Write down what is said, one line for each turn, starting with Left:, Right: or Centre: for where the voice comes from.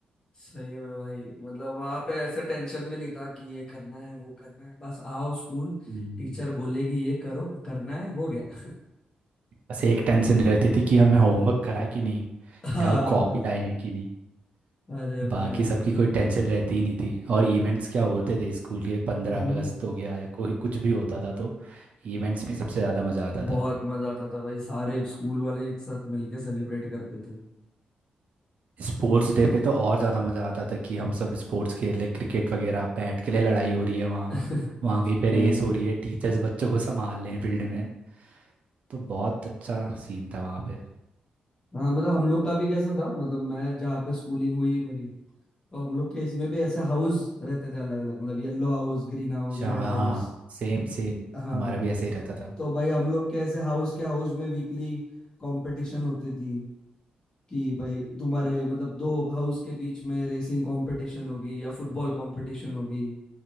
Left: सही में भाई मतलब वहां पे ऐसे टेंशन भी नहीं था कि ये करना है वो करना है बस आओ स्कूल
Right: हम्म।
Left: टीचर बोलेगी ये करो करना है हो गया
Right: बस एक टेंशन रहती थी कि हमें होमवर्क करा कि नहीं
Left: <laughs> हाँ,
Right: या वो कॉपी
Left: बस
Right: लाए हैं कि
Left: अरे भाई
Right: बाकी सबकी कोई टेंशन रहती ही नहीं थी और इवेंट्स क्या होते थे स्कूल के पंद्रह
Left: हम्म
Right: अगस्त हो गया या कोई कुछ भी होता था तो इवेंट्स में सबसे ज़्यादा मज़ा आता था
Left: बहुत मजा आता था भाई सारे स्कूल वाले एक साथ मिलके सेलिब्रेट करते थे
Right: स्पोर्ट्स डे पे तो और ज़्यादा मज़ा आता था कि हम सब स्पोर्ट्स खेल रहे हैं क्रिकेट वगैरह बैट के लिए लड़ाई हो रही है वहाँ
Left: <laughs>
Right: वहाँ कहीं पे
Left: हाँ
Right: रेस हो रही है टीचर्स बच्चों को संभाल रहे हैं फील्ड में तो बहुत अच्छा सीन था वहाँ पे
Left: हाँ, मतलब हम लोग का भी कैसा था मतलब मैं जहाँ पे स्कूलिंग हुई मेरी तो हम लोग के इसमें भी ऐसे हाउस रहते थे अलग अलग मतलब yellow house green house
Right: अच्छा,
Left: red
Right: हाँ
Left: house
Right: हाँ Same same
Left: हाँ
Right: हमारा भी ऐसे ही रहता था
Left: तो भाई हम लोग के ऐसे हाउस के हाउस में वीकली कंपटीशन होती थी कि भाई तुम्हारे मतलब दो हाउस के बीच में रेसिंग कंपटीशन होगी या फुटबॉल कंपटीशन होगी